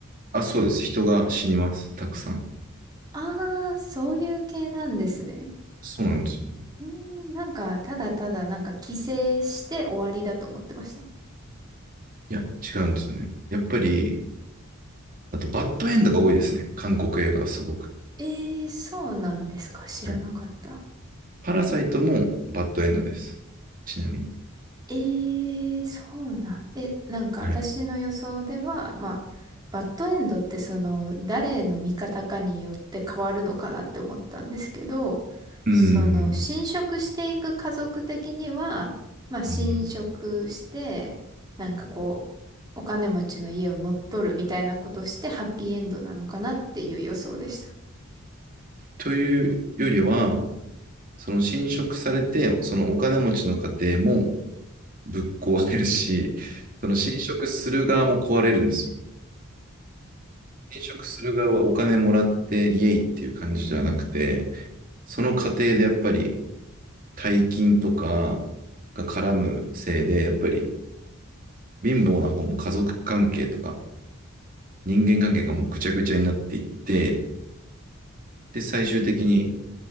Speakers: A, on the right; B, on the right.
A: あ、そうです。人が死にます。たくさん。
B: ああ、そういう系なんですね。
A: そうなんですよ。
B: うーん、なんか、ただただ、なんか、帰省して終わりだと思ってました。
A: いや、違うんですよね。やっぱり、あと、バッドエンドが多いですね。韓国映画はすごく。
B: ええー、そうなんですか。知らなかった。
A: はいパラサイトもバッドエンドです。ちなみに。
B: ええそうなん。え、なんか私の予想では、
A: はい。
B: まあ、バッドエンドってその、誰の味方かによって変わるのかなって思ったんですけど、
A: うん。
B: その、侵食していく家族的には、まあ、侵食して、
A: うん
B: なんかこう、お金持ちの家を乗っ取るみたいなことして、ハッピーエンドなのかなっていう予想でした。
A: というよりは、その侵食されて、そのお金持ちの家庭もぶっ壊れるし、その侵食する側も壊れるんですよ。侵食する側はお金もらってイエイっていう感じじゃなくて、その過程でやっぱり大金とかが絡むせいで、やっぱり貧乏な方も家族関係とか人間関係がもうぐちゃぐちゃになっていって、で、最終的に